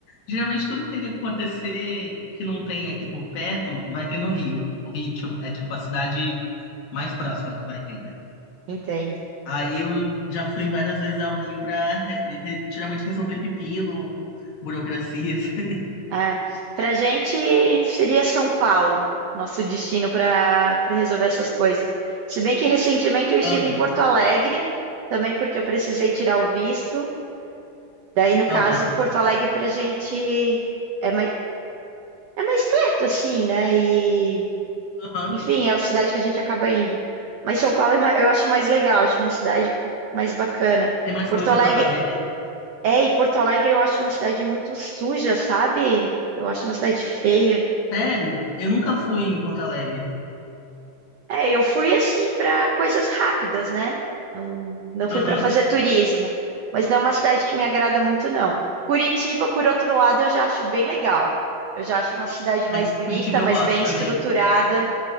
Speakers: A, on the left; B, on the right.
A: Geralmente tudo que tem que acontecer que não tem aqui por perto, vai ter no Rio. O Rio tipo, é tipo a cidade mais próxima que vai ter, né?
B: Entendo.
A: Aí eu já fui várias vezes ao Rio pra re- re- geralmente resolver pepino, burocracias. <laughs>
B: É. Pra gente seria São Paulo, nosso destino para para resolver essas coisas. Se bem que recentemente eu estive
A: Aham,
B: em Porto Alegre, também porque eu precisei tirar o visto. Daí, no caso,
A: aham,
B: Porto Alegre pra gente é mais, é mais perto, assim, né? E,
A: aham.
B: enfim, é a cidade que a gente acaba indo. Mas São Paulo é ma- eu acho mais legal, acho uma cidade mais bacana.
A: Tem mais
B: Porto
A: coisa
B: Alegre,
A: pra fazer, né?
B: é, e Porto Alegre eu acho uma cidade muito suja, sabe? Eu acho uma cidade feia.
A: Sério? Eu nunca fui em Porto Alegre.
B: É, eu fui assim para coisas rápidas, né? Não, não fui
A: Aham.
B: para fazer turismo, mas não é uma cidade que me agrada muito, não. Curitiba, por outro lado, eu já acho bem legal. Eu já acho uma cidade
A: Ai,
B: mais bonita,
A: Curitiba eu
B: mais
A: gosto
B: bem
A: também.
B: estruturada.